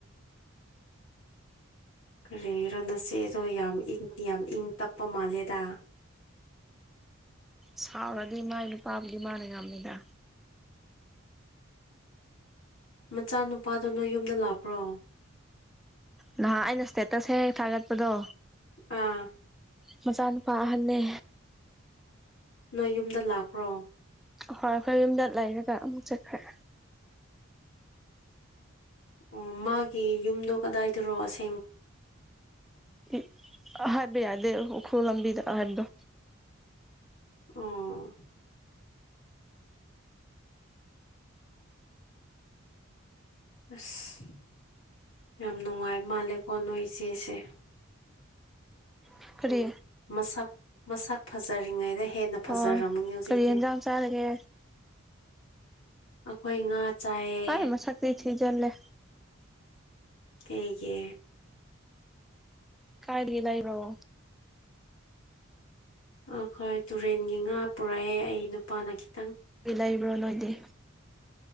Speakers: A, on the left; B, in the centre.
A: ꯀꯦ ꯏꯔꯣ ꯅꯆꯦꯗꯣ ꯌꯥꯝ ꯏꯪ ꯌꯥꯝ ꯏꯪ ꯇꯞꯄ ꯃꯥꯜꯂꯦꯗ
B: ꯁꯥꯎꯔꯗꯤ ꯃꯥꯏ ꯅꯨꯄꯥꯕꯨꯗꯤ ꯃꯥꯅ ꯉꯃꯤꯗ
A: ꯃꯆꯥꯅꯨꯄꯥꯗꯨꯣ ꯅꯣꯏ ꯌꯨꯝꯗ ꯂꯥꯛꯄ꯭ꯔꯣ
B: ꯅꯍꯥꯛ ꯑꯩꯅ ꯏꯁꯇꯦꯇꯁ ꯍꯦꯛ ꯍꯦꯛ ꯊꯥꯒꯠꯄꯗꯣ
A: ꯑꯥ
B: ꯃꯆꯥꯅꯨꯄꯥꯍꯜꯂꯦ
A: ꯅꯣꯏ ꯌꯨꯝꯗ ꯂꯥꯛꯄ꯭ꯔꯣ
B: ꯍꯣꯏ ꯑꯩꯈꯣꯏ ꯌꯨꯝꯗ ꯂꯩꯔꯒ ꯑꯃꯨꯛ ꯆꯠꯈ꯭ꯔꯦ
A: ꯑꯣ ꯃꯥꯒꯤ ꯌꯨꯝꯗꯣ ꯀꯗꯥꯏꯗꯔꯣꯁꯦ
B: ꯍꯥꯏ ꯍꯥꯏꯕ ꯌꯥꯗꯦ ꯎꯈ꯭ꯔꯨꯜ ꯂꯝꯕꯤꯗ ꯍꯥꯏꯕꯗꯣ
A: ꯑꯣ ꯑꯁ ꯌꯥꯝ ꯅꯨꯡꯉꯥꯏ ꯃꯥꯜꯂꯦꯀꯣ ꯅꯣꯏ ꯏꯆꯦꯁꯦ
B: ꯄ ꯀꯔꯤ
A: ꯃꯁꯛ ꯃꯁꯛ ꯐꯖꯔꯤꯉꯩꯗꯩ ꯍꯦꯟꯅ ꯐꯖꯔꯝꯃꯅꯤ
B: ꯍꯣꯏ
A: ꯍꯧꯖꯤꯛꯁꯦ
B: ꯀꯔꯤ ꯌꯦꯟꯖꯥꯡ ꯆꯥꯔꯒꯦ
A: ꯑꯩꯈꯣꯏ ꯉꯥ ꯆꯥꯏꯌꯦ
B: ꯇꯥꯏ ꯃ ꯆꯀ꯭ꯔꯤ ꯊꯖꯠꯂꯦ
A: ꯑꯩꯦꯡꯒꯤ
B: ꯀꯥꯏꯒꯤ ꯂꯏꯕꯕꯣ
A: ꯑꯩꯈꯣꯏ ꯇꯨꯔꯦꯟꯒꯤ ꯉꯥ ꯄꯨꯔꯛꯑꯦ ꯑꯩ ꯅꯨꯄꯥꯅ ꯈꯤꯇꯪ
B: ꯂꯩꯕ꯭ꯔꯣ ꯅꯣꯏꯗꯤ